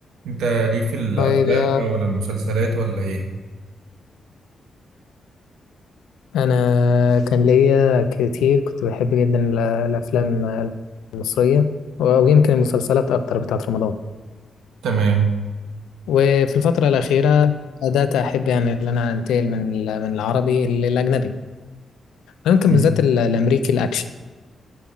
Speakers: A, on the right; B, on the left.
A: انت ليك في الافلام
B: طيب يا
A: ولا المسلسلات ولا ايه
B: أنا كان ليا كتير كنت بحب جدا ال- الأفلام المصرية و- ويمكن المسلسلات أكتر بتاعة رمضان
A: تمام
B: وفي الفترة الأخيرة بدأت أحب يعني إن أنا أنتقل من ال- من العربي للأجنبي ممكن
A: مم.
B: بالذات ال- الأمريكي الأكشن